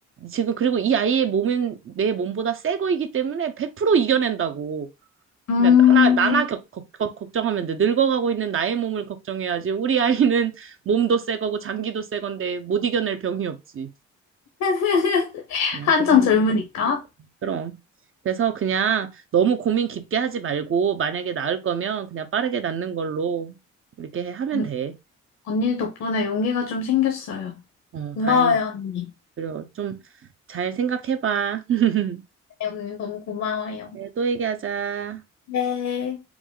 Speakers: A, on the right; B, on the left.
A: 지금 그리고 이 아이의 몸은 내 몸보다 새 거이기 때문에 100% 이겨낸다고.
B: 음.
A: 그러니까 나나 나나 겪, 걱- 걱- 걱정하면 돼. 늙어가고 있는 나의 몸을 걱정해야지. 우리 아이는 몸도 새 거고 장기도 새 건데 못 이겨낼 병이 없지.
B: <laughs>
A: 그냥
B: 한창
A: 그 정도
B: 젊으니까.
A: 그럼. 그래서 그냥 너무 고민 깊게 하지 말고, 만약에 낳을 거면 그냥 빠르게 낳는 걸로 이렇게 해- 하면
B: 언-
A: 돼.
B: 언니 덕분에 용기가 좀 생겼어요.
A: 어,
B: 고마워요,
A: 다행이다.
B: 언니.
A: 그래, 좀 잘 생각해봐. <laughs>
B: 네, 언니 너무 고마워요.
A: 네, 또 얘기하자.
B: 네.